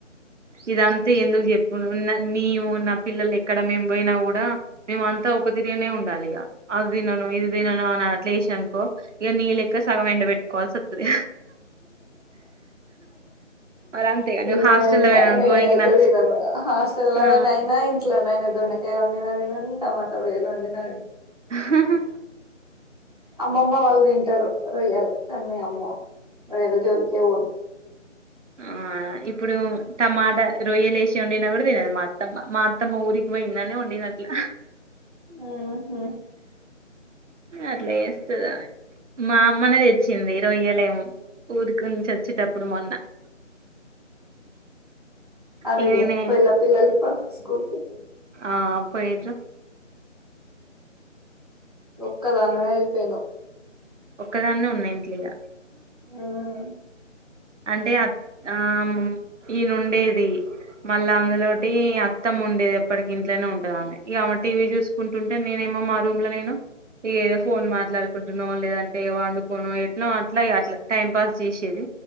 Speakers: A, on the right; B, on the right.
A: ఇదంతా ఎందుకు చెప్ <unintelligible> నీవు నా పిల్లలే ఇక్కడ మేము పోయినా కూడా మేము అంతా ఒ కొద్దిగ తినే ఉండాలిగ అద్ దినను ఇది దినను అనట్లేషన్ కో ఇగ నీ లెక్క సగం ఎండ పెట్ కాలి సత్తది మరి అంతేగా నువ్వు
B: ఏమైనా
A: హాస్టల్లో పోయినా అనుకో
B: నేనైతే
A: నీకు నచ్చ
B: తినను హాస్టల్ లో
A: ఆ
B: అయినా ఇంట్లోనైనా దొండకాయ దినను టమాట లు తినను రెండు
A: హు హు
B: అమ్మమ్మ వాళ్ళు తింటరు రొయ్యలు అన్నే అమ్మో రొయ్యల జోలికే పోను
A: ఆ ఇప్పుడు టమాటా రొయ్యలేసి వండిన కూడా తినదు మా అత్తమ్మ మా అత్తమ్మ ఊరికి పోయిందనే వండినట్లా
B: హుమ్ హుమ్
A: అట్లా చెప్తది ఆమె మా అమ్మనే తెచ్చింది రొయ్యలు ఏమో ఊరికి నుంచి వచ్చేటప్పుడు మొన్న
B: అవి
A: ఇగ నేనే
B: పోయిల పిల్లల్కో స్కూల్కి
A: ఆ పోయిచు
B: ఒక్కదానివే అయిపోయినావ్
A: ఒక్కదాన్నే ఉన్నా ఇంట్ల ఇగ
B: హుమ్
A: అంటే అ ఆ ఈయనుండేది మళ్ళా అందులోటి అత్తం ఉండేది ఇప్పటికి ఇంట్లోనే ఉ ఇ ఆమె టీవీ చూసుకుంటుంటే నేనేమో మా రూమ్ లో నేను ఈ ఫోన్ మాట్లాడుకుంటునో లేదంటే పండుకునో ఎట్నో అట్లా అట్లా టైం పాస్ చేసేది